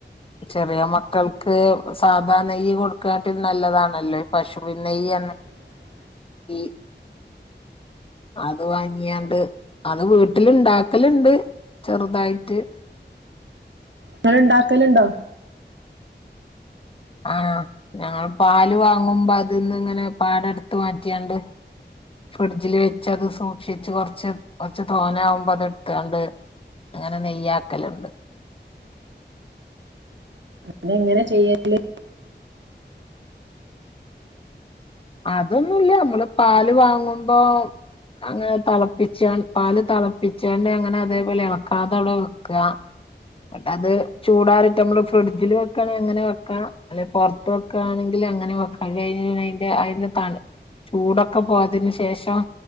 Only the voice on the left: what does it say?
ചെറിയ മക്കൾക്ക് സാധാ നെയ്യ് കൊടുക്കാട്ടിൽ നല്ലതാണല്ലോ ഈ പശുവിൻ നെയ്യന്നെ
ഈ അത് വാങ്ങിയാണ്ട് അത് വീട്ടില് ഇണ്ടാക്കല്ണ്ട് ചെറ്തായിട്ട്
ആഹാ ഞങ്ങൾ പാല് വാങ്ങുമ്പോ അതിന്ന്ങ്ങനെ പാട എടുത്ത് മാറ്റിയണ്ട് ഫ്രിഡ്ജില് വെച്ച് അത് സൂക്ഷിച്ച് കൊറച്ച് കൊറച്ച് തോനാവുമ്പോ അത് ഇട്ത്താണ്ട് അങ്ങനെ നെയ്യാക്കലുണ്ട്
അതൊന്നുല്ല്യ അമ്മള് പാല് വാങ്ങുമ്പോ അങ്ങന തിളപ്പിച്ചൺ പാല് തിളപ്പിച്ചണ്ട് അങ്ങനെ അതേപോലെ എളക്കാതെ അവിടെ വെക്ക്വാ ഇങ്ങട്ടത് ചൂടാറിട്ട്മ്മള് ഫ്രിഡ്ജില് വെക്കാണെങ്കി അങ്ങനെ വെക്കാ അല്ലെ പൊറത്ത് വെക്കാണെങ്കിൽ അങ്ങനിം വെക്ക അയിന് അയിന്റെ അയിന്റെ തണ് ചൂടൊക്കെ പോയതിന് ശേഷം